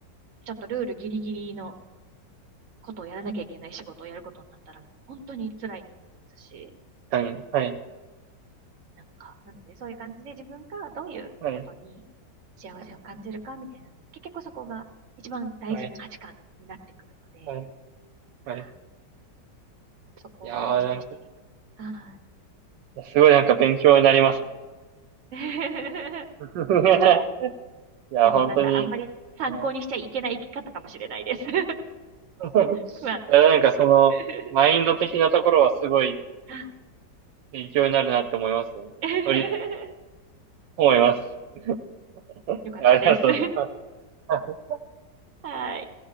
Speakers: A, on the right; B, on the right.
A: ちょっとルールギリギリのことをやらなきゃいけない仕事をやることになったらもう本当に辛いと思いますし、
B: 確かに。はい。
A: なんか、なのでそういう感じで自分がどういうことに幸せを感じるかみたいな、
B: はい。
A: 結局そこが一番大事な価値観になってくるので、
B: はいはい、
A: あ
B: はい。
A: そこを大事にしていく。
B: いやー、なんか、い
A: はい。
B: やすごいなんか勉強になりますね。
A: <laughs>
B: <laughs> いや、
A: でもなんかあんまり参考にしちゃいけない生き方かもしれないです。
B: 本当に、はい
A: <laughs>
B: <laughs>
A: 不安定なので。
B: いや、なんかその、
A: <laughs>
B: マインド的なところはすごい
A: はい。
B: 勉強になるなって思いますね。
A: <laughs>
B: とりあえず、思います。<laughs>
A: よかったです。
B: いやありがとうございます。
A: <laughs> はい。